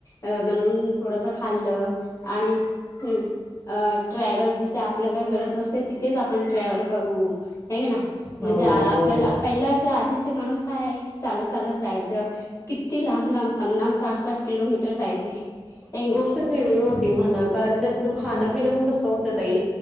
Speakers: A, on the left; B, in the centre.
A: अ बनवून थोडसं खाल्लं, आणि हम. अ ट्रॅव्हल जिथे आपल्याला गरज असते, तिथेच आपण ट्रॅव्हल करू. हे कना म्हणजे,
B: हो
A: आपल्याला
B: हो
A: पहिलंच आधीच. ते माणुस काय चालतं चालतं जायचं, किती लांब लांब पन्नास. साठ साठ किलोमीटर जायचे, एक ना.
B: त्यात वेगळी होती म्हणा कारण त्यांचं खाणं पिण मण कसं होतं ताई